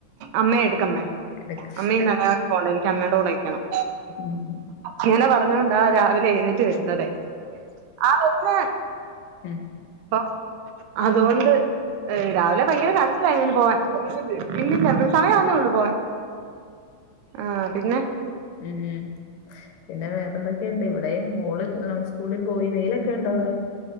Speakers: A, on the right (about 85°); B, on the left (about 80°).
A: അമ്മേ എടുക്കമ്മേ
B: ഇടയ്ക്ക്.
A: അമ്മേ ഇന്ന് അങ്ങന വാടി പോകണ്ട എനിക്ക് അമ്മയുടെ കൂടെനിക്കണം
B: ഉം
A: ഇങ്ങനെ പറഞ്ഞോണ്ടാ രാവിലെ എഴുന്നേറ്റ് വരുന്നതെ ആഹ് വരുന്ന്
B: ഉം.
A: പ്പോ അതൊണ്ട് ആഹ് രാവിലെ ഭയങ്കര കര ച്ചിലായിരുന്നു പോവാൻ ഇല്ലില്ല സമയാവുന്നേയുള്ളൂ പോവാൻ ആഹ് പിന്നെ
B: ഉം പിന്നെ വേറെ എന്തൊക്കെയുണ്ട് ഇവിടെയും മോള് സ്കൂളിൽ പോയി വെയിലൊക്കെ ഉണ്ടോ അവിടെ